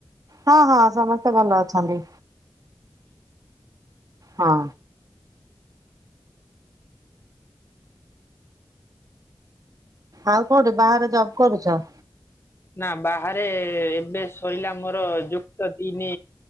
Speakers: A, on the right (about 45°); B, on the left (about 30°).
A: ହଁ ହଁ ସମସ୍ତେ ଭଲ ଅଛନ୍ତି। ହଁ। ଆଉ କୋଉଠି ବାହାରେ ଜବ୍ କରୁଛ?
B: ନାଁ ବାହାରେ ଏବେ ସରିଲା ମୋର ଯୁକ୍ତ ତିନି।